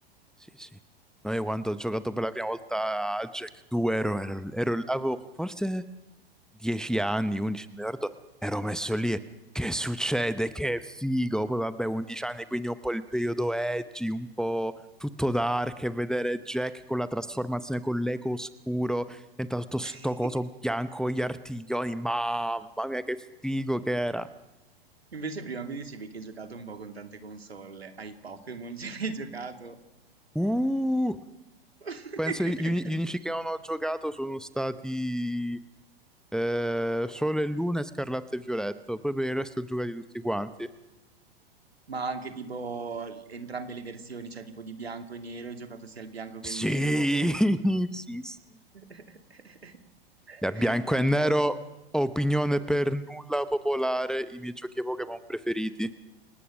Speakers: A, in the centre; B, on the right.
A: Sì, sì. Noi quando ho giocato per la prima volta a Jack 2 ero, ero- ero- avevo forse 10 anni, 11, non mi ricordo, ero messo lì e che succede, che figo, poi vabbè 11 anni quindi un po' il periodo edgy, un po' tutto dark e vedere Jack con la trasformazione con l'eco oscuro, diventa tutto
B: <laughs>
A: sto coso bianco, gli artiglioni, mamma mia che figo che era.
B: Invece prima mi dicevi che hai giocato un po' con tante console. Ai Pokémon <laughs> ci hai giocato?
A: Uh,
B: <laughs>
A: penso gli, uni- gli unici che non ho giocato sono stati eh, Sole e Luna e Scarlatto e Violetto, poi per il resto giocati tutti quanti.
B: Ma anche tipo l- entrambe le versioni, cioè tipo di bianco e nero, hai giocato sia il bianco che
A: Sì,
B: il nero?
A: <laughs> sì, sì.
B: <laughs>
A: Da bianco
B: Hai
A: e nero,
B: paura?
A: opinione per nulla popolare, i miei giochi Pokémon preferiti.